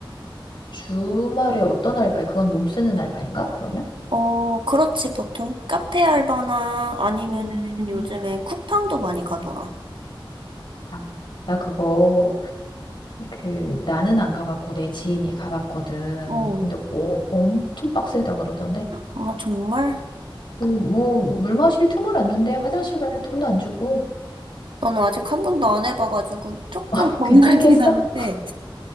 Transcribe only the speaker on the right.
어, 그렇지, 보통. 카페 알바나 아니면은
요즘에 쿠팡도 많이 가더라.
어,
아, 정말?
나는 아직 한 번도 안 해봐가지고 조금
겁나긴
하는데.